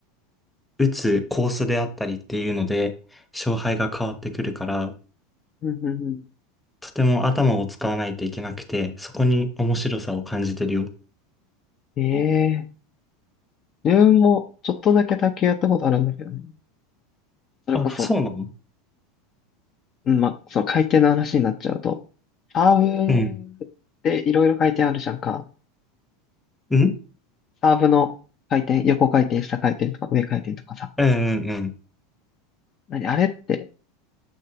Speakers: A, in the centre; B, on the left.
A: 打つコースであったりっていうので、勝敗が変わってくるから、
B: うん、うん、うん。
A: とても頭を使わないといけなくて、そこに面白さを感じてるよ。
B: ええ、自分も、ちょっとだけ卓球やったことあるんだけどね。それこそ、
A: あ、そうなの
B: うん、ま、その回転の話になっちゃうと、サーブでいろいろ回転あるじゃんか。
A: うん。うん
B: サーブの回転、横回転、下回転とか上回転とかさ。
A: うんうんうん。
B: 何、あれって、